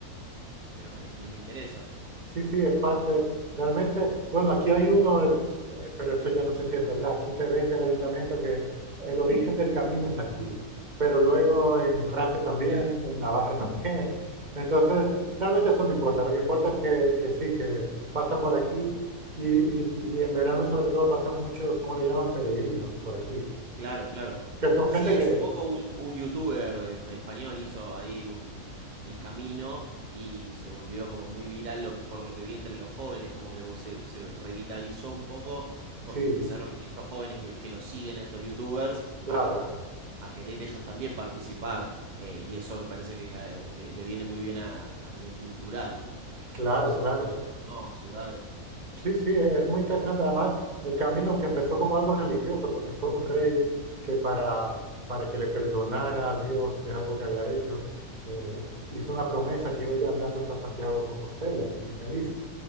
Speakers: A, on the right; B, on the right.
A: pero me, me me interesa.
B: Sí, sí, es parte. Realmente, bueno, aquí hay uno, eh, pero esto ya no sé si es verdad. Aquí te vende el ayuntamiento que el origen del camino es aquí, pero luego en Francia también,
A: Claro.
B: en Navarra también. Entonces, realmente eso no importa. Lo que importa es que, que sí, que pasa por aquí y, y- y en verano sobre todo pasan muchos, ¿cómo le llaman? Peregrinos por aquí,
A: Claro, claro.
B: que son
A: Sí,
B: gente
A: hace
B: que,
A: poco un, un youtuber eh, fue español hizo ahí un, el camino y se volvió como muy viral lo que, por lo que vi entre los jóvenes, como que vo- se, se revitalizó un poco porque
B: sí,
A: empezaron estos jóvenes que, que lo siguen a estos youtubers
B: claro,
A: a, a querer ellos también participar eh, y eso me parece que eh, le, le viene muy bien a, a nivel cultural a,
B: claro,
A: a todos esos
B: claro.
A: pueblos, ¿no? Ciudades.
B: Sí, sí, e- es muy interesante. Además, el camino, aunque empezó como algo religioso, porque fue un rey que para, para que le perdonara a Dios de algo que había hecho, eh, hizo una promesa que iba a ir andando hasta Santiago de Compostela, en, en Galicia.